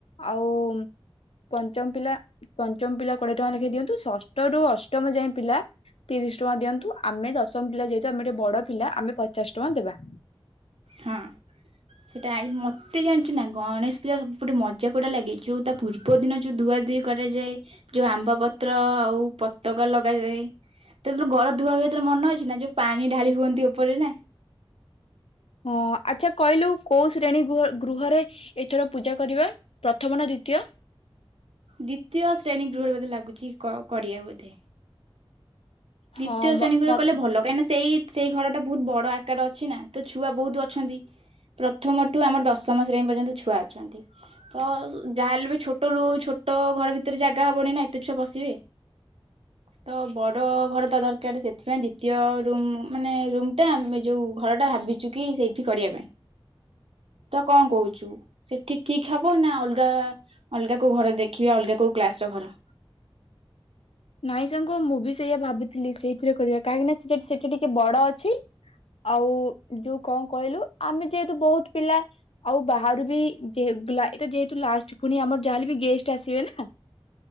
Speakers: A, on the left; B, on the right.
A: ଆଉ ପଞ୍ଚମ ପିଲା ପଞ୍ଚମ ପିଲା କୋଡିଏ ଟଙ୍କା ଲେଖେ ଦିଅନ୍ତୁ। ସଷ୍ଟ ରୁ ଅଷ୍ଟମ ଯାଏଁ ପିଲା ତିରିଶ ଟଙ୍କା ଦିଅନ୍ତୁ। ଆମେ ଦଶମ ପିଲା ଯେ ଆମେ ଗଟେ ବଡ ପିଲା ଆମେ ପଚାଶ ଟଙ୍କା ଦେବା।
B: ହଁ ସେଟା ମତେ ଜାଣିଛୁ ନା ଗଣେଶ ପୂଜା ସବୁପଟୁ ମଜା କୋଉଟା ଲାଗିଛି ଯଉ ତା ପୂର୍ବ ଦିନ ଯୋଉ ଧୁଆ ଧୁଇ କରାଯାଏ ।ଯୋଉ ଆମ୍ବ ପତ୍ର ଆଉ ପତକା ଲଗାଯାଏ ତତେବେଳେ ଘର ଧୁଆ ହୁଏ ତୋର ମନେ ଅଛି ନା ଯୋଉ ପାଣି ଢାଳି ହୁଅନ୍ତି ଉପରେ ନା।
A: ହଁ ଆଚ୍ଛା କହିଲୁ କୋଉ ଶ୍ରେଣୀ ଗୃହରେ ଏଥର ପୂଜା କରିବା ପ୍ରଥମ ନା ଦ୍ଵିତୀୟ?
B: ଦ୍ଵିତୀୟ ଶ୍ରେଣୀ ଗୃହରେ ବୋଧେ ଲାଗୁଛି କରିଆ ବୋଧେ। ଦ୍ୱିତୀୟ
A: ହଁ
B: ଶ୍ରେଣୀ
A: ମତେ
B: କୁରେ କଲେ ଭଲ କାଁକି ସେଇ ସେଇ ଘରଟା। ବହୁତ ବଡ ଆକାର ଅଛି ନା ତ ଛୁଆ ବହୁତ ଅଛନ୍ତି। ପ୍ରଥମଠୁ ଆମର ଦଶମ ଶ୍ରେଣୀ ପର୍ଯ୍ୟନ୍ତ ଛୁଆ ଅଛନ୍ତି। ତ ଯାହାହେଲେ ବି ଛୋଟରୁୁ ଛୋଟ ଘର ଭିତରେ ଜାଗା ହବନି ନା ଏତେ ଛୁଆ ପଶିବେ। ତ ବଡ। ଘର ତ ଦରକାର ସେଥିପାଇଁ ଦ୍ଵିତୀୟ ରୁମ ମାନେ ରୁମ ଟା ଆମେ ଯୋଉ ଘର ଟା ଭାବିଛୁ କି ସେଇଠି କରିବା ପାଇଁ ।ତ କଣ କହୁଛୁ? ସେଠି ଠିକ ହବ ନା ଅଲଗା ଅଲଗା କୋଉ ଘର ଦେଖିବା ଅଲଗା କୋଉ କ୍ଲାସ ର ଘର
A: ନାଇଁ ସାଙ୍ଗ ମୁଁ ବି ସେଇଆ ଭାବି ଥିଲି ସେଇଥିରେ କରିବା। କାହିଁକି ନା ସେ ସେଇଟା ଟିକେ ବଡ ଅଛି ଆଉ ଯୋଉ କଣ କହିଲୁ ଆମେ ଯେହେତୁ ବହୁତ ପିଲା ଆଉ ବାହାରୁ ବି ଯେହେତୁ ଲାଷ୍ଟ ପୁଣି ଆମର ଯାହାଲେ ଗେଷ୍ଟ ଆସିବେ ନା।